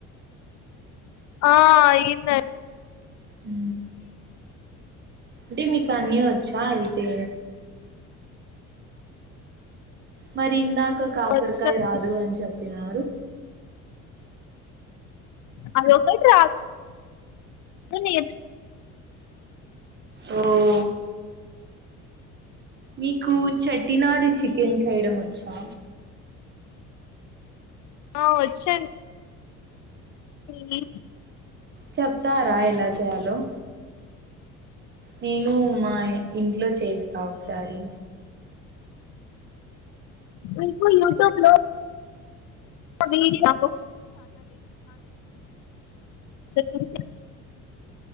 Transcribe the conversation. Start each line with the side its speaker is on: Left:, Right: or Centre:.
Left: ఆ అయిందన్
Right: ఉ డి మీకు అన్ని వచ్చా అయితే మరి ఇందాక కాకరకాయ్
Left: వచ్చండి
Right: రాదు అని చెప్పినారు
Left: అది ఒకటి రాదు దుని
Right: ఓ మీకు చేటినాడు చికెన్ చేయడం వచ్చా
Left: ఆ వచ్చు అన్ డి
Right: చెప్తారా ఎలా చేయాలో నేను మా యా ఇంట్లో చేస్తా ఒకసారి
Left: మీకు యూట్యూబ్ లో వీడియో చేకరి